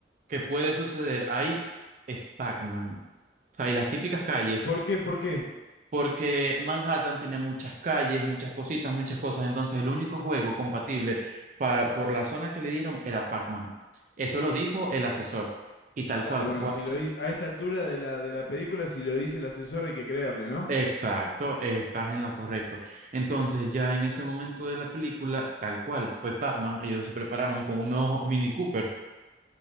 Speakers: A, on the right (about 45°); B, on the left (about 75°).
A: que puede suceder ahí es Pac-Man. O sea, y las típicas calles
B: ¿Por qué? ¿Por qué?
A: porque Manhattan tiene muchas calles, muchas cositas, muchas cosas. Entonces, el único juego compatible pa- por la zona que le dieron era Pac-Man. Eso lo dijo el asesor. Y tal
B: Claro,
A: cual.
B: bueno,
A: cua-
B: si lo dice, a esta altura de la, de la película, si lo dice el asesor hay que creerle, ¿no?
A: Exacto, eh, estás en lo correcto. Entonces, ya en ese momento de la película, tal cual, fue Pac-Man. Ellos se prepararon con unos Mini Cooper.